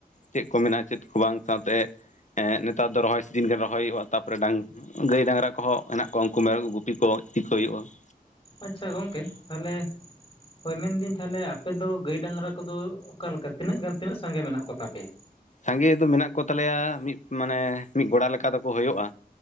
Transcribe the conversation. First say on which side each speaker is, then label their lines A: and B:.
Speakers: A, on the left; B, on the left.
A: ᱪᱮᱫ ᱠᱚ ᱢᱮᱱᱟᱜᱼᱟ ᱪᱮᱫ ᱠᱚ ᱵᱟᱝ ᱥᱟᱶᱛᱮ ᱱᱮᱛᱟᱨ ᱫᱚ ᱨᱚᱦᱚᱭ ᱥᱤᱡᱤᱱ ᱜᱮ ᱨᱚᱦᱚᱭ ᱦᱩᱭᱩᱜᱼᱟ ᱛᱟᱨᱯᱚᱨᱮ ᱰᱟᱝ ᱜᱟᱹᱭ ᱰᱟᱝᱨᱟ ᱠᱚᱦᱚᱸ ᱦᱮᱱᱟᱜ ᱠᱚᱣᱟ ᱩᱱᱠᱩ ᱢᱮᱨᱚᱢ ᱜᱩᱯᱤ ᱠᱚ ᱤᱫᱤ ᱠᱚ ᱦᱩᱭᱩᱜᱼᱟ ᱾
B: ᱟᱪᱷᱟ ᱜᱚᱢᱠᱮ ᱛᱟᱦᱚᱞᱮ ᱦᱳᱭ ᱢᱮᱱ ᱫᱟᱹᱧ ᱛᱟᱦᱞᱮ ᱟᱯᱮ ᱫᱚ ᱜᱟᱹᱭ ᱰᱟᱝᱨᱟ ᱠᱚᱫᱚ ᱚᱠᱟ ᱞᱮᱠᱟ ᱛᱤᱱᱟᱹᱜ ᱜᱟᱱ ᱛᱤᱱᱟᱹᱜ ᱥᱟᱸᱜᱮ ᱢᱮᱱᱟᱜ ᱠᱚ ᱛᱟᱯᱮᱭᱟ
A: ᱥᱟᱸᱜᱮ ᱫᱚ ᱢᱮᱱᱟᱜ ᱠᱚ ᱛᱟᱞᱮᱭᱟ ᱢᱤᱫ ᱢᱟᱱᱮ ᱢᱤᱫ ᱜᱚᱲᱟ ᱞᱮᱠᱟ ᱫᱚᱠᱚ ᱦᱳᱜᱳᱼᱟ᱾